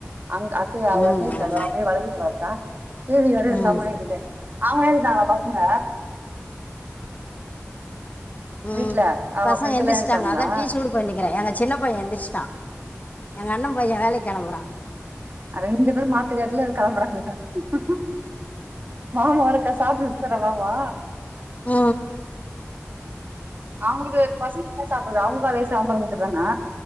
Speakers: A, on the right (about 40°); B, on the left (about 30°).
A: அங் அத்தய அவ்
B: ம்
A: அத்தய்
B: ம்
A: வீட்ல இர்க்குறா வீ வளக்கிட்டு வர்ட்டா கேள்வி வர இருந்தாமுவே
B: ம்
A: என்கிட்ட அவ்ங்ளே இர்ந்தாங்கா பசங்க
B: ம்
A: வீட்ல அவங்க
B: பசங்க
A: ஃப்ரெண்டு்
B: எந்திர்ஷ்ட்டாங்க
A: எல்லா எழுந்துட்டாங்களா
B: அதா டீ சூடு பண்ணிக்றே எங்க சின்ன பைய எந்திர்ஷ்ட்டா எங் அண்ண பைய வேலைக் கெளம்புறா
A: அரெண்டு பேரு மாத்துக்கேட்ல கெளம்புற <unintelligible> மாமா ஒருக்கா சாப்ட்டு ஸ்த்தரவாமா
B: ஆ
A: அவ்ங்ளுக்கு பசிக்க என்ன சாப்றது அவ்ங்ளுக்கு அதே சாம்பார் மூட்டு தானா